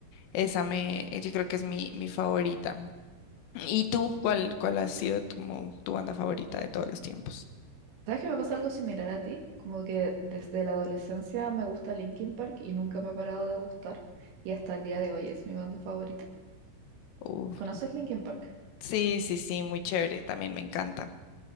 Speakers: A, on the left; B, on the right.
A: Esa me, yo creo que es mi, mi favorita. ¿Y tú? ¿Cuál, cuál ha sido tu, mo- tu banda favorita de todos los tiempos?
B: ¿Sabes que me pasa algo similar a ti? Como que desde la adolescencia me gusta Linkin Park y nunca me ha parado de gustar. Y hasta el día de hoy es mi banda favorita.
A: Uf,
B: ¿Conoces Linkin Park?
A: Sí, sí, sí, muy chévere, también me encanta.